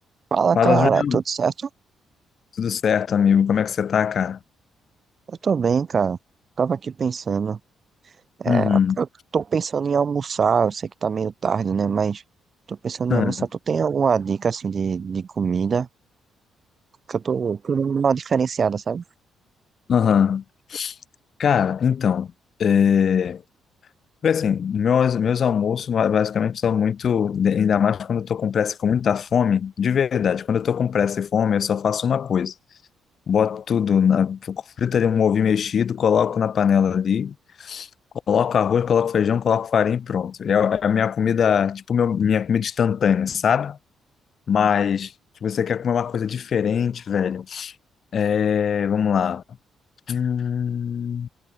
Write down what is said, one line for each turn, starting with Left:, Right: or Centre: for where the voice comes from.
Right: Fala,
Left: Fala,
Right: cara,
Left: Julião.
Right: tudo certo?
Left: Tudo certo, amigo? Como é que você tá, cara?
Right: Eu tô bem, cara. Tava aqui pensando. É,
Left: Uhum.
Right: eu tô pensando em almoçar, eu sei que tá meio tarde, né? Mas tô pensando
Left: Ah,
Right: em almoçar. Tu tem alguma dica, assim, de, de comida? Que eu tô querendo dar uma diferenciada, sabe?
Left: Aham. Cara, então, é... foi assim, meus, meus almoços ba- basicamente são muito, ainda mais quando eu tô com pressa e com muita fome, de verdade, quando eu tô com pressa e fome, eu só faço uma coisa, boto tudo, na, frito ali um ovo mexido, coloco na panela ali, coloco arroz, coloco feijão, coloco farinha e pronto. É, a é a minha comida, tipo, meu, minha comida instantânea, sabe? Mas se você quer comer uma coisa diferente, velho, É, vamos lá. Hum,